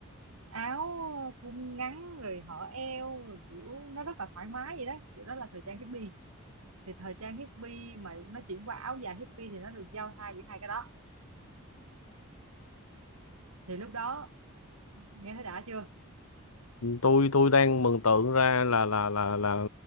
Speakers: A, on the right (about 75°); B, on the left (about 75°).
A: áo thun ngắn rồi hở eo rồi kiểu nó rất là thoải mái vậy đó kiểu đó là thời trang hippie thì thời trang hippie mà nó chuyển qua áo dài hippie thì nó được giao thoa giữa hai cái đó thì lúc đó nghe thấy đã chưa
B: tôi tôi đang mường tượng ra là là là là